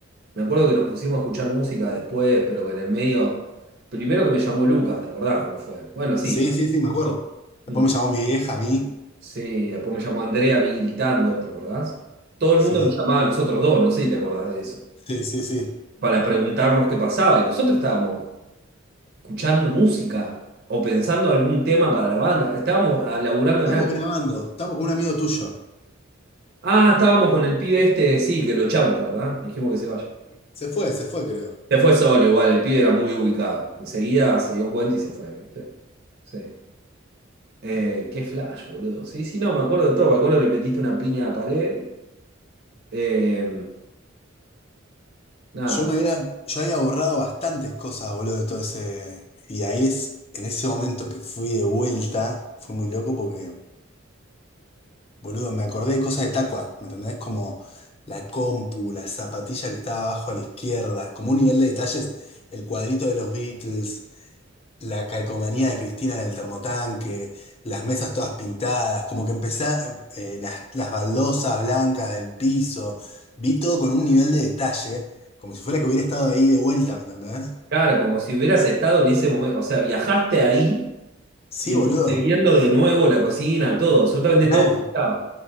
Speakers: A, on the right; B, on the left.
A: Me acuerdo que nos pusimos a escuchar música después, pero que en el medio. Primero que me llamó Lucas, ¿te acordás cómo fue? Bueno, sí.
B: Sí, sí, sí, me acuerdo. Después
A: Mm.
B: me llamó mi vieja a mí.
A: Sí, después me llamó Andrea a mí gritando, ¿te acordás? Todo el
B: Sí,
A: mundo nos llamaba a nosotros dos, no sé si te acordás de eso.
B: sí, sí, sí.
A: Para preguntarnos qué pasaba. Y nosotros estábamos. escuchando música o pensando algún tema para la banda. Estábamos ah, laburando
B: Estamos
A: en algo.
B: grabando, estamos con un amigo tuyo.
A: Ah, estábamos con el pibe este, sí, que lo echamos, ¿te acordás? Le dijimos que se vaya.
B: Se fue, se fue, creo.
A: Se fue solo igual, el pibe era muy ubicado. Enseguida se dio cuenta y se fue, ¿viste? Sí. Eh, qué flash, boludo. Sí, sí, no, me acuerdo de todo. Me acuerdo que le metiste una piña a la pared. Eh, nada.
B: Yo me había, yo había borrado bastantes cosas, boludo, de todo ese. Y ahí es, en ese momento que fui de vuelta, fue muy loco porque, boludo, me acordé de cosas de Tacua, ¿me entendés? Como la compu, la zapatilla que estaba abajo a la izquierda, como un nivel de detalles, el cuadrito de los Beatles, la calcomanía de Cristina en el termotanque, las mesas todas pintadas, como que empecé, eh, las, las baldosas blancas del piso, vi todo con un nivel de detalle, como si fuera que hubiera estado ahí de vuelta, ¿me entendés?
A: Claro, como si hubieras estado en ese momento. O sea, viajaste ahí
B: Sí,
A: y
B: boludo,
A: estuviste viendo de nuevo la cocina, todo, absolutamente todo
B: mal.
A: como estaba.